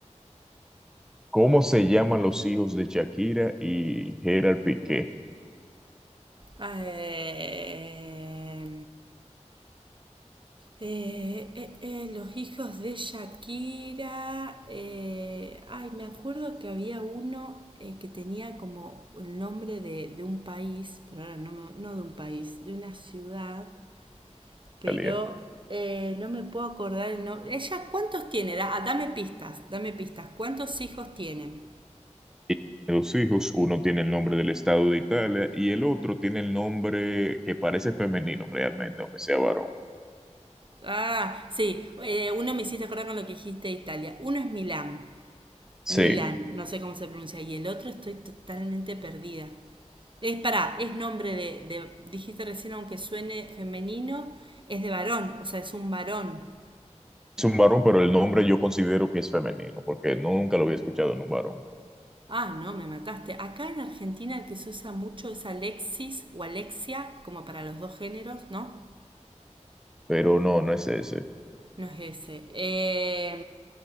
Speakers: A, in the centre; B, on the right.
A: ¿Cómo se llaman los hijos de Shakira y Gerard Piqué?
B: Eh, eh, eh, eh, los hijos de Shakira. eh, ay, me acuerdo que había uno eh, que tenía como el nombre de, de un país, pero ahora no, me- no de un país, de una ciudad, pero
A: Italia.
B: eh, no me puedo acordar el nombre. ¿Ella cuántos tiene? Da- ah, dame pistas, dame pistas. ¿Cuántos hijos tienen?
A: Y Los hijos, uno tiene el nombre del estado de Italia y el otro tiene el nombre que parece femenino realmente, aunque sea varón.
B: Ah, sí, eh, uno me hiciste acordar con lo que dijiste de Italia. Uno es Milán,
A: Sí,
B: Milán, no sé cómo se pronuncia, y el otro estoy totalmente perdida. Es para, es nombre de, de- dijiste recién, aunque suene femenino, es de varón, o sea, es un varón.
A: es un varón, pero el nombre yo considero que es femenino, porque nunca lo había escuchado en un varón.
B: Ah, no, me mataste. Acá en Argentina el que se usa mucho es Alexis o Alexia, como para los dos géneros, ¿no?
A: Pero no, no es ese.
B: No es ese. Eh,